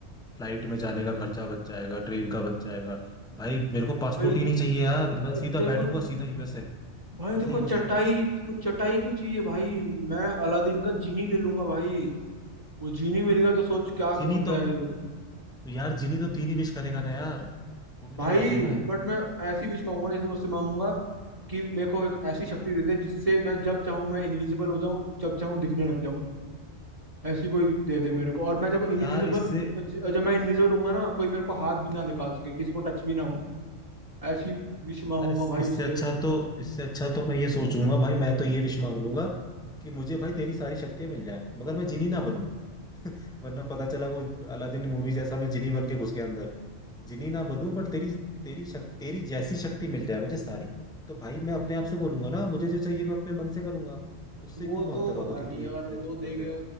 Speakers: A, in the centre; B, on the right.
A: फ्लाइट में जाने का खर्चा बच जाएगा ट्रेन का बच जाएगा भाई मेरे को पासपोर्ट
B: भाई
A: ही नहीं चाहिए यार मैं
B: भाई
A: सीधा
B: तेरे
A: बैठूंगा
B: को
A: सीधा यूएसए
B: भाई
A: मजे
B: तेरे को
A: ही
B: चटाई
A: मजे
B: तेरे को चटाई क्यों चाहिए भाई मैं अलादीन का जीनी ले लूंगा भाई वो जीनी मिल गया तो सोच
A: वो
B: क्या
A: तो
B: कर
A: जिनी
B: सकता
A: तो
B: है तू
A: यार जिनी तो तीन ही विश करेगा ना यार वो भी
B: भाई
A: तो प्रॉब्लम है
B: बट मैं ऐसी विश मांगूंगा ना, जैसे मुझसे मांगूंगा कि मेरे को एक ऐसी शक्ति दे दे जिससे मैं जब चाहूं मैं इनविजिबल हो जाऊं जब चाहूं दिखने लग जाऊं ऐसी कोई दे दे मेरे को और मैं जब
A: तो
B: इनविजिबल
A: यार इससे
B: जब मैं इनविजिबल हूंगा ना कोई मेरे को हाथ भी ना लगा सके किसी को टच भी ना हो ऐसी विश मांगूंगा
A: यार इस,
B: भाई
A: इससे
B: उससे
A: अच्छा तो इससे अच्छा तो मैं ये सोचूंगा भाई मैं तो ये विश मांग लूंगा कि मुझे भाई तेरी सारी शक्तियां मिल जाए मगर मैं जिनी ना बनूं वरना पता चला वो अलादीन मूवी जैसा मैं जिनी बन के घुस गया अंदर जिनी ना बनूं बट तेरी तेरी शक, तेरी जैसी शक्ति मिल जाए मुझे सारी तो भाई मैं अपने आप से बोलूंगा ना मुझे जो चाहिए मैं अपने मन से करूंगा उससे
B: वो
A: क्यों मांगता
B: तो
A: रहूंगा
B: पता
A: कि
B: नहीं
A: तू ये
B: यार
A: कर दे
B: वो
A: तू वो कर
B: देगा
A: दे